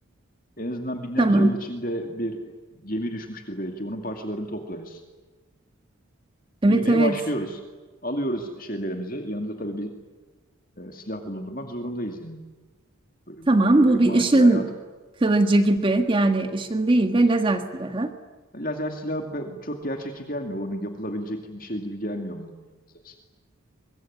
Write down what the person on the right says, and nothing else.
Tamam.
Evet
evet.
Tamam
bu
bir ışın
kılıcı gibi yani ışın değil de lazer silahı.